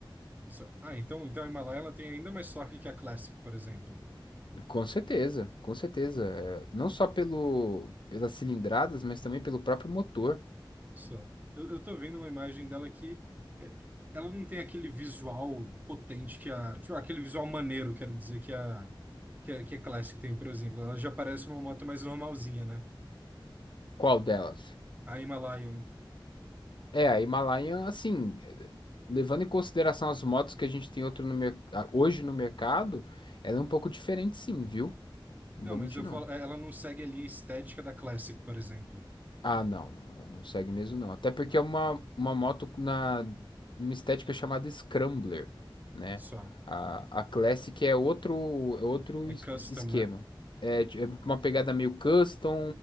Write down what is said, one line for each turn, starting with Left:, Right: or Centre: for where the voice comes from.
Right: Só- Ah, então, então a Himalaia ela tem ainda mais torque que a Classic, por exemplo.
Left: Com certeza, com certeza. É, não só pelo, pelas cilindradas, mas também pelo próprio motor.
Right: Só. Eu, eu tô vendo uma imagem dela que é, ela não tem aquele visual potente que a. Tipo, aquele visual maneiro, quero dizer, que a, que a, que a Classic tem, por exemplo. Ela já parece uma moto mais normalzinha, né?
Left: Qual delas?
Right: A Himalayan.
Left: É, a Himalayan, assim, levando em consideração as motos que a gente tem outro no mer- ah, hoje no mercado, ela é um pouco diferente sim, viu? Não
Right: Não,
Left: vou
Right: mas
Left: mentir,
Right: eu falo,
Left: não.
Right: é, ela não segue ali a estética da Classic, por exemplo.
Left: Ah, não, não, ela não segue mesmo, não. Até porque é uma, uma moto na uma estética chamada Scrambler, né?
Right: Só.
Left: A, a Classic é outro, é outro
Right: É
Left: es-
Right: custom,
Left: esquema.
Right: né?
Left: É, ti- é uma pegada meio custom,